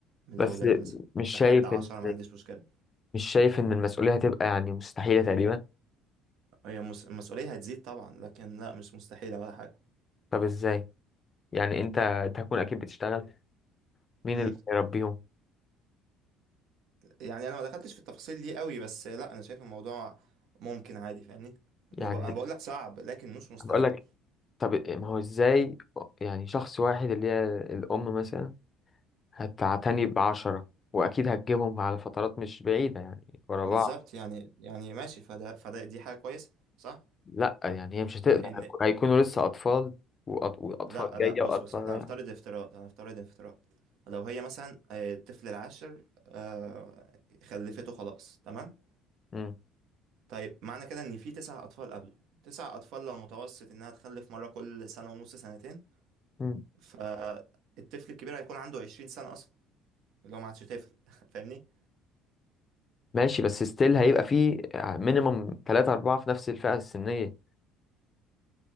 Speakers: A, on the right; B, on the left.
A: من الأولاد
B: بس
A: مثلا
B: مش
A: لحد
B: شايف
A: عشرة
B: ان
A: ما عنديش مشكلة
B: مش شايف ان المسؤوليه هتبقى يعني مستحيله تقريبا
A: هي مس- المسؤولية هتزيد طبعا لكن لا مش مستحيلة ولا حاجة
B: طب ازاي يعني انت انت هتكون اكيد بتشتغل مين
A: مم.
B: اللي هيربيهم
A: يعني أنا ما دخلتش في التفاصيل دي قوي بس لا أنا شايف الموضوع ممكن عادي فاهمني ما
B: يعني
A: بق- أنا بقول لك صعب لكن مش مستحيل
B: بقول لك طب ما هو ازاي يعني شخص واحد اللي هي الام مثلا هتعتني بعشرة واكيد هتجيبهم على فترات مش بعيده يعني ورا
A: بالظبط
B: بعض
A: يعني يعني ماشي فده فده دي حاجة كويسة صح
B: لا يعني هي مش هتقدر
A: إن إن
B: هيكونوا لسه اطفال وأط- واطفال
A: لا
B: جايه
A: لا بص
B: واطفال
A: بص إحنا
B: رايحه
A: هنفترض افتراض هنفترض افتراض لو هي مثلا آه، الطفل العاشر آه، خلفته خلاص تمام
B: مم.
A: طيب معنى كده ان في تسع اطفال قبله تسع اطفال لو متوسط انها تخلف مره كل سنه ونص سنتين
B: مم.
A: فالطفل الكبير هيكون عنده 20 سنه اصلا اللي هو ما عادش طفل <laughs> فاهمني
B: ماشي بس ستيل هيبقى فيه مينيمم ثلاثة أربعة في نفس الفئة السنية